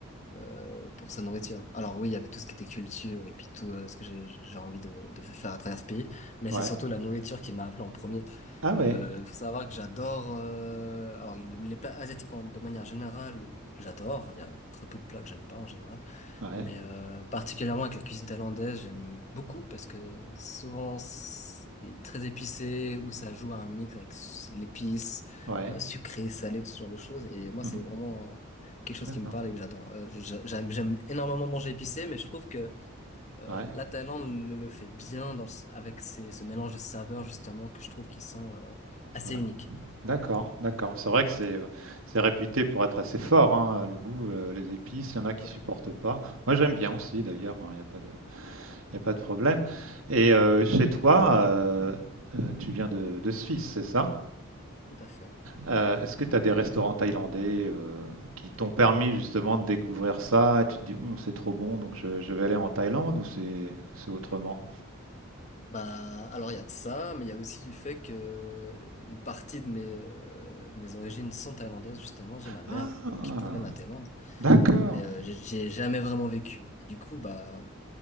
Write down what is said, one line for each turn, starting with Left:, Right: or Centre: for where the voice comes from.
Left: euh, pour sa nourriture. Alors oui, il y avait tout ce qui était culture et puis tout euh, ce que j'ai j'ai envie de, de faire à travers ce pays, mais
Right: Ouais.
Left: c'est surtout la nourriture qui m'a appelé en premier.
Right: Ah ouais.
Left: Euh, faut savoir que j'adore, euh, alors les les plats asiatiques en- de manière générale, j'adore. Il y a très peu de plats que j'aime pas en général.
Right: Ouais.
Left: Mais euh, particulièrement avec la cuisine thaïlandaise, j'aime beaucoup parce que souvent c'est très épicé ou ça joue à un mix avec s- l'épice,
Right: Ouais.
Left: euh, sucré, salé, tout ce genre de choses. Et moi,
Right: Mhm.
Left: c'est vraiment euh, quelque chose
Right: D'accord.
Left: qui me parle et que j'adore. Euh, j'a- j'aime, j'aime énormément manger épicé, mais je trouve que euh,
Right: Ouais.
Left: la Thaïlande le, le fait bien dans, ce- avec ses, ce mélange de saveurs justement que je trouve qui sont euh, assez
Right: Ouais.
Left: uniques.
Right: D'accord. D'accord. C'est vrai que c'est c'est réputé pour être assez fort, hein, le goût, euh, les épices. Il y en a qui
Left: Tout à
Right: supportent
Left: fait.
Right: pas. Moi, j'aime bien aussi, d'ailleurs. hein, Il n'y a pas de Il n'y a pas de problème. Et euh, chez toi, euh, euh, tu viens de, de Suisse, c'est ça?
Left: Tout à fait.
Right: Euh, est-ce que tu as des restaurants thaïlandais euh, qui t'ont permis justement de découvrir ça et tu te dis, Hum, c'est trop bon, donc je, je vais aller en Thaïlande ou c'est c'est autrement?
Left: Bah, alors il y a de ça, mais il y a aussi du fait que euh, une partie de mes, euh, de mes origines sont thaïlandaises, justement. J'ai ma mère
Right: Ah,
Left: euh, qui provient de la Thaïlande,
Right: d'accord.
Left: mais euh, j'ai j'ai jamais vraiment vécu. Et du coup, bah,